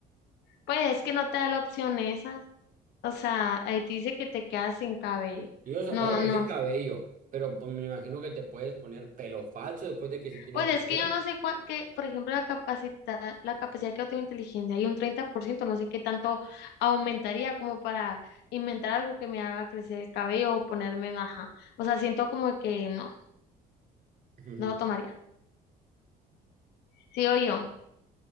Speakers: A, on the left (about 80°); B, on the right (about 55°).
A: Pues es que no te da la opción esa. O sea, ahí te dice que te quedas sin cabello.
B: Yo, o sea,
A: No,
B: te vas a quedar
A: no.
B: sin cabello, pero pues me imagino que te puedes poner pelo falso después de que si tienes
A: Pues
B: dinero.
A: es que yo no sé cuán, que, por ejemplo, la capacidad, la capacidad que yo tengo de inteligencia y un 30% no sé qué tanto aumentaría como para inventar algo que me haga crecer el cabello o ponerme en ajá. O sea, siento como que no,
B: <laughs>
A: no lo tomaría. Sigo yo.